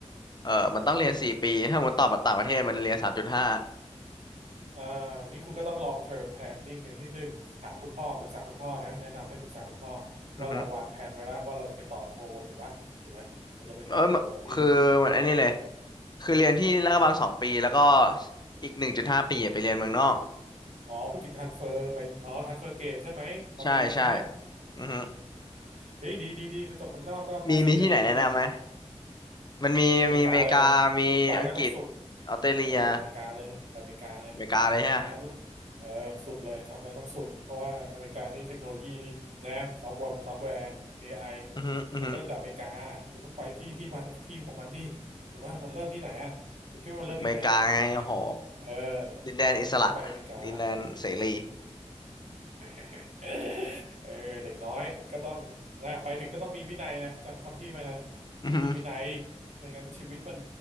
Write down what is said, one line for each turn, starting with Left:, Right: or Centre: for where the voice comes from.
Left: เออมันต้องเรียนสี่ปีถ้าหมดต่อต่างประเทศมันเรียนสามจุดห้า
Right: เอ่องี้คุณก็ต้อง long term planning อย่างนิดนึงถามคุณพ่อปรึกษาคุณพ่อนะแนะนำให้ปรึกษาคุณพ่อว่าเราวางแผนไว้แล้วว่าเราจะไปต่อโทถูกปะถูกไหมเราจะไปต่อโทที่
Left: อือฮึเออคือเหมือนอันนี้เลย
Right: เนอะ
Left: คือเรียนที่ลาดกระบังสองปีแล้วก็
Right: อะไร
Left: อีกหนึ่งจุดห้าปีอะไปเรียนเมืองนอก
Right: อ๋อพูดถึง transfer ไปอ๋อ transfer gate ใช่ไหมปอตีใช่ไหม
Left: ใช่ใช่
Right: อ๋อ
Left: อือฮึ
Right: เฮ้ยดีดีดีไปจบเมืองนอกก็ภาษีอะไรมันดี
Left: มีมีที่ไหนแนะนำไหมมันมีมีอเมริกามีอังกฤษ
Right: อเมริกาเลยคุณไปก็ต้องสุด
Left: ออสเตรเลีย
Right: เฮ้ยไปอเมริกาเลยไปอเมริกาเลยในฐานะรุ่นเออสุดเลยทำอะไรต้องสุดเพราะว่าอเมริกานี่เทคโนโลยีนี่นะซอฟต์แวร์ของซอฟต์แวร์
Left: อเมริกาเลยฮะ
Right: AI
Left: อือฮึอือฮึ
Right: มันเริ่มจากอเมริกาคุณต้องไปที่ที่มันที่ของมันดิถูกป่ะมันเริ่มที่ไหนอ่ะคุณคิดว่ามันเริ่มที่ไหน
Left: อเมริกาไงโอ้โห
Right: AI อไออ่ะเออ
Left: ดินแดนอิสระ
Right: คุณก็ต้องไปอเมริกา
Left: ดินแดนเสรี
Right: <laughs> เออเด็กน้อยก็ต้องนะไปถึงก็ต้องมีวินัยนะจำคำพี่ไว้นะ
Left: อือฮึ
Right: ต้องมีวินัยไม่งั้นชีวิตมัน